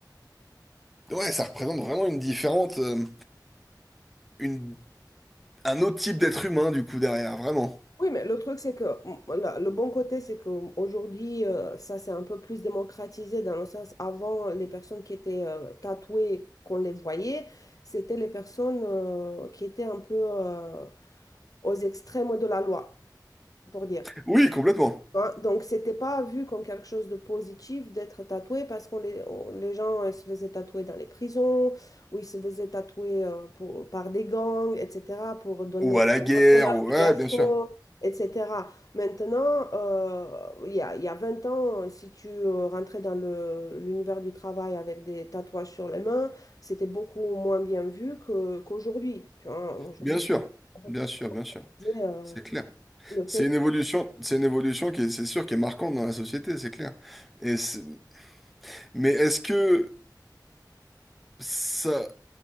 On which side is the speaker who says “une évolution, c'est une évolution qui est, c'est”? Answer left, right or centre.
Centre